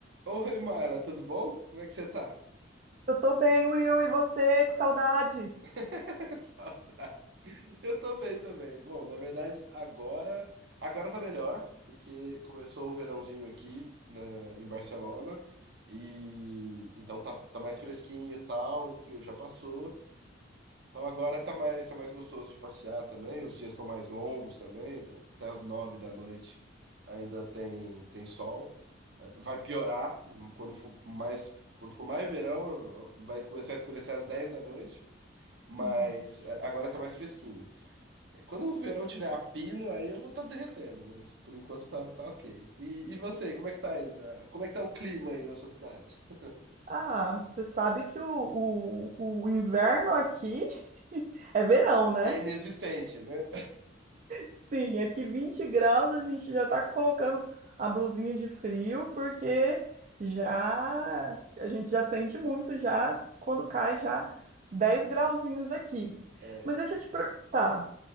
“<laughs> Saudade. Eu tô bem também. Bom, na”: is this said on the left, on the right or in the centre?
Right